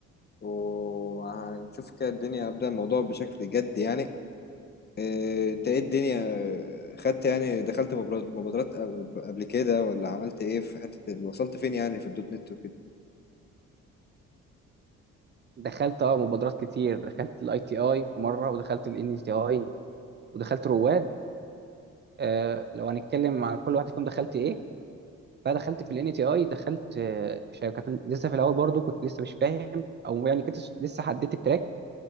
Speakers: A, on the left; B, on the right.
A: وهنشوف كده الدنيا أبدأ الموضوع بشكل جد يعني إيه، أنت إيه الدنيا إيه، خدت يعني دخلت مبار- مبادرات قبل قبل كده ولا عملت إيه في حتة ال- وصلت فين يعني في الدوت نت وكده؟
B: دخلت اه مبادرات كتير دخلت الاي تي اي في مره ودخلت الان تي اي ودخلت رواد آه لو هنتكلم على كل واحد فيهم دخلت ايه فدخلت في الان تي اي دخلت آه، شركات لسه في الاول برضو كنت لسه مش فاهم او يعني كنت لسه حددت التراك